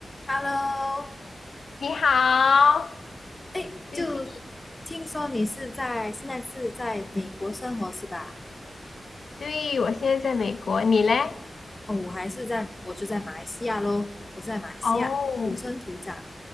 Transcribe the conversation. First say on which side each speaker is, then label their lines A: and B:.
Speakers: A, on the left; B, on the left.
A: Hello，
B: 你好，
A: 哎，
B: 最近，
A: 就听说你是在现在是在美国生活是吧？
B: 对，我现在在美国，你嘞？
A: 哦，我还是在，我就在马来西亚咯，我是在马来西亚土生土长
B: 哦，